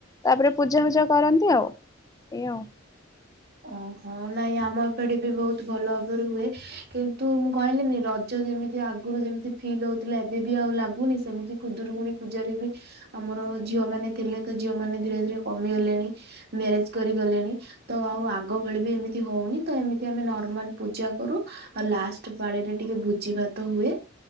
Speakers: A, on the left; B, on the right.
A: ତାପରେ ପୂଜା ଫୁଜା କରନ୍ତି ଆଉ। ଏଇ ଆଉ
B: ଓହୋ। ନାଇଁ ଆମ ଏପଠେ ବି, ବହୁତ ଭଲ ଭାବରେ ହୁଏ। କିନ୍ତୁ ମୁଁ କହିଲିିନି, ରଜ ଯେମିତି ଆଗରୁ ଯେମିତି ଫିଲ୍ ହଉଥିଲା। ଏବେ ବି ଆଉ ଲାଗୁନି। ସେମିତି ଖୁଦୁରୁକୁୁଣୀ ପୂଜାରେ ବି, ଆମର ଝିଅ ମାନେ ଥିଲେ। ତ ଝିଅ ମାନେ ଧୀରେ ଧୀରେ କମିଗଲେଣି ମ୍ୟାରେଜ କରି ଗଲେଣି। ତ ଆଉ ଆଗ ଭଳି ବି ଏମିତି ହଉନି। ତ ଏମିତି ଆମେ ନର୍ମାଲ ପୂଜା କରୁ ଆଉ ଲାଷ୍ଟ ପାଣିରେ ଟିକେ ଭୋଜି ଭାତ ହୁଏ।